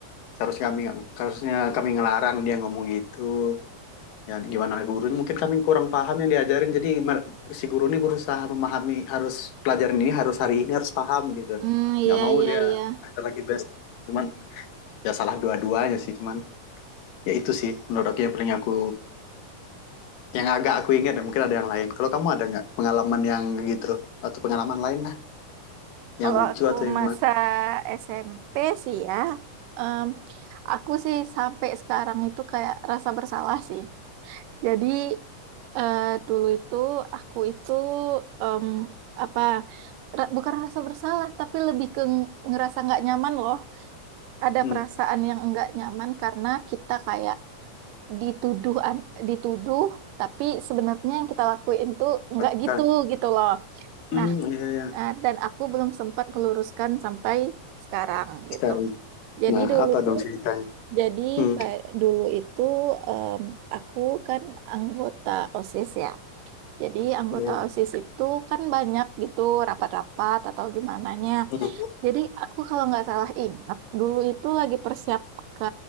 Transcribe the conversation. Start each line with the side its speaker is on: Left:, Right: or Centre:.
Left: seharusnya kami harusnya kami ngelarang dia ngomong gitu ya gimana gurunya mungkin kami kurang paham yang diajarin jadi si guru ini berusaha memahami harus pelajaran ini harus hari ini harus paham gitu
Right: Hmm, iya
Left: nggak mau
Right: iya
Left: dia
Right: iya.
Left: ngajar lagi best cuman ya salah dua-duanya sih cuman ya itu sih menurut aku yang paling aku yang agak aku ingat dan mungkin ada yang lain kalau kamu ada nggak pengalaman yang gitu atau pengalaman lain lah
Right: Kalau
Left: yang lucu
Right: aku
Left: atau yang
Right: masa
Left: mana
Right: SMP sih ya, em, aku sih sampai sekarang itu kayak rasa bersalah sih. Jadi Eh, dulu itu aku itu em, apa ra- bukan rasa bersalah tapi lebih ke ng- ngerasa nggak nyaman loh. Ada
Left: hmm
Right: perasaan yang nggak nyaman karena kita kayak dituduh an- dituduh tapi sebenarnya yang kita lakuin tuh nggak
Left: aku
Right: gitu
Left: kan
Right: gitu loh.
Left: hmm
Right: Nah,
Left: iya iya
Right: eh, dan aku belum sempat meluruskan sampai sekarang gitu.
Left: sekarang
Right: Jadi
Left: nah
Right: dulu
Left: apa
Right: tuh
Left: dong ceritanya
Right: jadi
Left: hmm
Right: kayak dulu itu em, aku kan anggota OSIS ya. Jadi anggota
Left: iya
Right: OSIS itu kan banyak gitu rapat-rapat atau gimananya.
Left: Hmm.
Right: Jadi aku kalau nggak salah ingat dulu itu lagi persiap ke